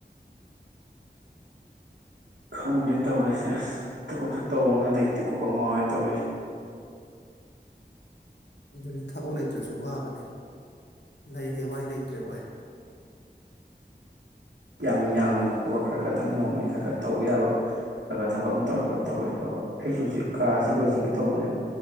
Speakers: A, on the right; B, on the left.
A: ꯈꯪꯗꯦ ꯇꯧꯔꯤꯁꯦ ꯑꯁ ꯊꯕꯛꯁꯨ ꯇꯧꯅꯤꯉꯥꯏ ꯂꯩꯇꯦꯀꯣ ꯈꯪꯉꯧꯣꯏ ꯇꯧꯔꯤꯁꯦ
B: ꯑꯗꯨꯗꯤ ꯊꯕꯛ ꯂꯩꯇ꯭ꯔꯁꯨ ꯋꯥꯕꯅꯤ ꯂꯩꯔꯦ ꯋꯥꯏ ꯂꯩꯇ꯭ꯔꯦ ꯋꯥꯏ
A: ꯌꯥꯝ ꯌꯥꯡꯅ ꯈꯣꯠꯄ ꯈꯔ ꯈꯗꯪ ꯅꯣꯡꯃꯩ ꯈꯔ ꯈꯔ ꯇꯧꯕ ꯌꯥꯕ ꯈꯔ ꯈꯔ ꯊꯕꯛ ꯑꯃ ꯇꯧꯔꯒ ꯇꯧꯕꯁꯨ ꯐꯕ ꯑꯩꯁꯨ ꯍꯧꯖꯤꯛ ꯀꯥꯥꯁꯦ ꯂꯣꯏꯁꯤꯟꯒꯦ ꯇꯧꯕꯅꯦꯕ